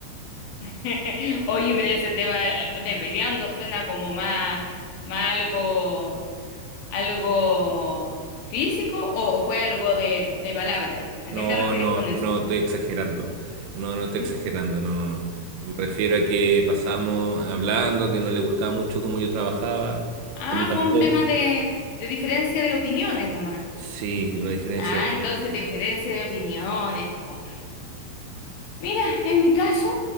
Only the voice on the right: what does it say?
No,
no,
no,
estoy exagerando. No, no estoy
exagerando, no, no, no. Me refiero a que pasamos hablando, que no le gustaba mucho cómo yo trabajaba,
y a mí tampoco.
Sí, una diferencia
de opiniones.